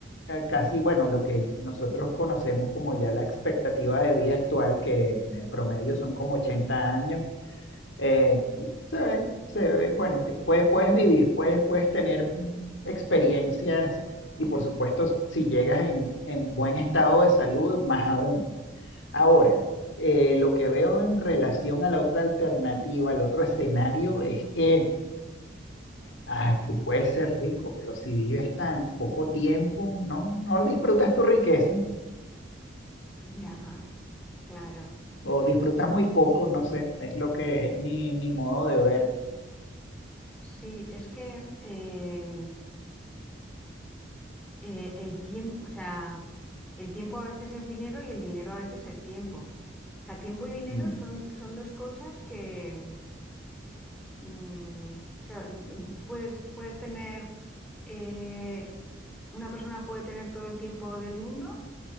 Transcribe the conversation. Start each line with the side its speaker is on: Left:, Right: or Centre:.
Left: ca- casi, bueno, lo que nosotros conocemos como ya la expectativa de vida actual, que en promedio son como 80 años, eh, se ve, se ve, bueno, que puedes, puedes vivir, puedes, puedes tener mm, experiencias y por supuesto, si llegas en, en buen estado de salud, más aún. Ahora, eh, lo que veo en relación a la otra alternativa, al otro escenario, es que ah, tú puedes ser rico, pero si vives tan poco tiempo, no, no disfrutas tu riqueza
Centre: Ya, claro.
Left: o disfrutas muy poco, no sé, es lo que es mi, mi modo de ver.
Centre: Sí, es que eh, eh, el tiempo, o sea, el tiempo a veces es dinero y el dinero a veces es tiempo. O sea, tiempo y dinero
Left: Mm,
Centre: son, son dos cosas que mm, o sea, mm, puedes, puedes tener eh, Una persona puede tener todo el tiempo del mundo,